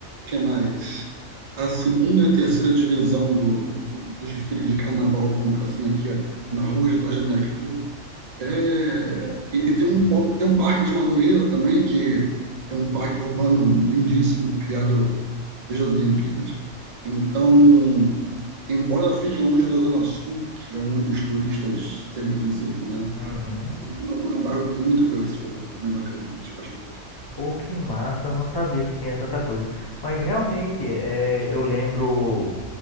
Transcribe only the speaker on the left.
Uhum.
Pô, que massa, eu não sabia que tinha tanta coisa. Mas realmente, é, eu lembro,